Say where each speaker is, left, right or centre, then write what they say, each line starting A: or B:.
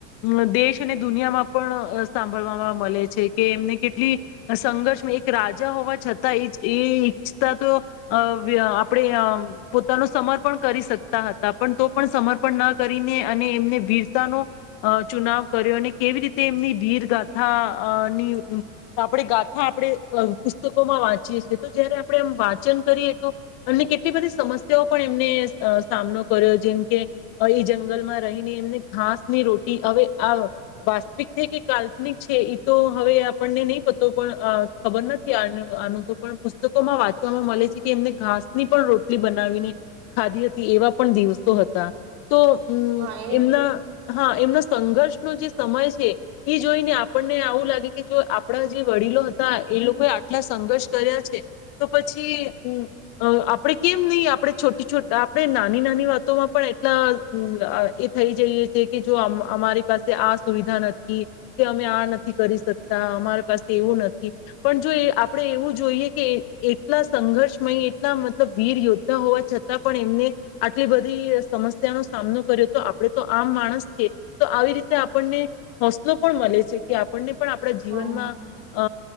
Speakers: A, on the left (about 55°); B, on the right (about 75°).
A: અ દેશ અને દુનિયામાં પણ અ સાંભળવામાં મળે છે કે એમને કેટલી સંઘર્ષ એક રાજા હોવા છતાં તા એ ઈ ઈચ્છતા તો અ વ્ય અ આપણે પોતાનું સમર્પણ કરી શકતા હતા પણ તો પણ સમર્પણ ન કરીને અને એમને વીરતાનો અ ચુનાવ કર્યો અને કેવી રીતે એમની વીર ગાથા અ ની આપણે ગાથા અ આપણે અ પુસ્તકોમાં વાંચ છીએ તો જયારે આપણે એમ વાંચન કરીએ તો એમને કેટલી બધી સમસ્યાઓ પણ એમને અ સામનો કર્યો જેમ કે ઈ જંગલમાં રહીને એમને ઘાસની રોટી હવે આ વાસ્તવિક છે કે કાલ્પનિક છે એ તો હવે આપણને નહી પતો પણ અ ખબર નથી આ આનું તો પુસ્તકોમાં વાંચવામાં મળે છે કે એમને ઘાસની પણ રોટલી બનાવીને ખાધી હતી એવા પણ દિવસો હતા. તો હમ
B: હા એ
A: એમના હા એમનો સંઘર્ષનો જે સમય છે ઈ જોઈ ને આપણને આવું લાગે કે જો આપણા જે વડીલો હતા એ લોકો એ આટલા સંઘર્ષ કર્યા છે તો પછીમ અ આપડે કેમ નહી આપણે છોટી છો આપણે નાની-નાની વાતોમાં પણ એટલા એ થઈ જઈએ છે કે જો અમારી પાસે આ સુવિધા નથી કે અમે આ નથી કરી શકતા અમારી પાસે તેવું નથી પણ જો એ આપણે એવું જ જોઈએ કે એટલા સંઘર્ષમય એટલા મતલબ વીર યોદ્ધા હોવા છતાં પણ એમને આટલી બધી સમસ્યાનો સામનો કર્યો તો આપણે તો આમ માણસ છીએ તો આવી રીતે આપણને હોસલો પણ મલે છે કે આપણને પણ આપણા જીવનમાં
B: હા
A: અ